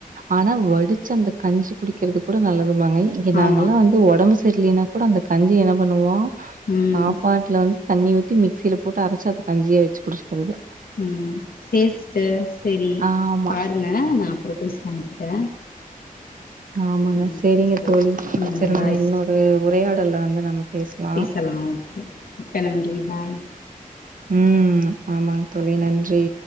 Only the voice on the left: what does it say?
ஆமா
ம்
ம் சேர் சிஸ்டர் சரி
பாருங்க நா அப்பறோ பேசுறே உங்ககிட்ட
ம்
சேரி
ம்
பாய்
பேசலா ஓகே மிக்க நன்றி பாய்